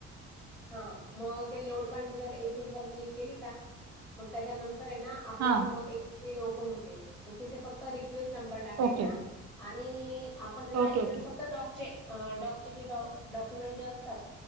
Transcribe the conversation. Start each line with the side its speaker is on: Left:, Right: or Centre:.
Centre: हा मग ते load container A C F वर क्लिक केली का, मग त्याच्यानंतर आहे ना आपल्यासमोर
Right: हा
Centre: एक स्क्रीन ओपन होते, मग तिथे फक्त रिक्वेस्ट नंबर टाकायचा.
Right: ओके
Centre: आणि आपण हे ना
Right: ओके
Centre: याच्यात
Right: ओके
Centre: फक्त डॉ चे डॉकचे जे डॉक्युमेंट चे असतात